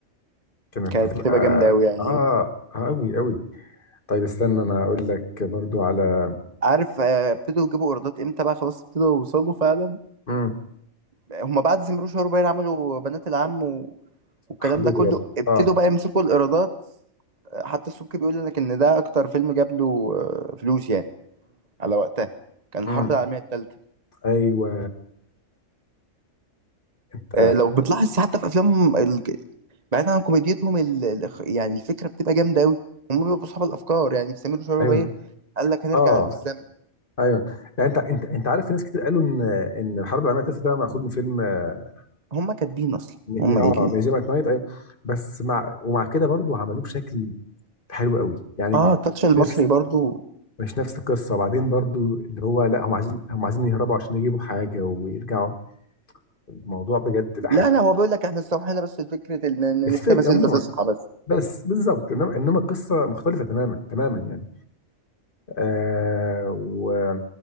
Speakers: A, on the left; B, on the right.
A: كانت
B: كانت
A: هتبقى
B: هتبقى جامدة أوي يعني
A: اه آه، قوي قوي طيب استنى انا اقول لك برضو على
B: عارف آه، ابتدوا يجيبوا إيرادات إمتى بقى خلاص ابتدوا يوصلوا فعلا
A: امم
B: هما بعد زمرو شهور باين عملوا بنات العم و... والكلام
A: حبيته
B: ده كله
A: برضو
B: ابتدوا
A: اه
B: بقى يمسكوا الايرادات حتى السبكي بيقول لك ان ده اكتر فيلم جاب له آه، فلوس يعني على وقتها كان الحرب
A: امم
B: العالميه الثالثه
A: ايوه انت
B: آه، لو بتلاحظ حتى في افلامهم ال... بعيدا عن كوميديتهم ال... ال... يعني الفكره بتبقى جامده قوي هم بيبقوا اصحاب الافكار يعني في سمير وشهير وبهير
A: ايوه
B: قال لك هنرجع
A: اه
B: بالزمن
A: ايوه يعني انت انت انت عارف في ناس كتير قالوا ان ان الحرب العالميه الثالثه ده مأخوذ من فيلم اه
B: هم كاتبين اصلا
A: م-
B: هم
A: آه،
B: قايلين
A: ميوزيوم ات نايت ايوه بس مع ومع كده برضو عملوه بشكل حلو قوي يعني
B: اه التاتش المصري
A: نفس
B: برضو
A: مش نفس القصه وبعدين برضو اللي هو لا هم عايزين هم عايزين يهربوا عشان يجيبوا حاجه ويرجعوا الموضوع بجد لا
B: لا
A: حلو
B: لا هو بيقول لك احنا استوحينا بس الفكرة ان إن إن
A: الفكره
B: في تماثيل
A: عموما
B: بتصحى بس
A: بس بالظبط انما إنما القصه مختلفه تماما تماما يعني آه و-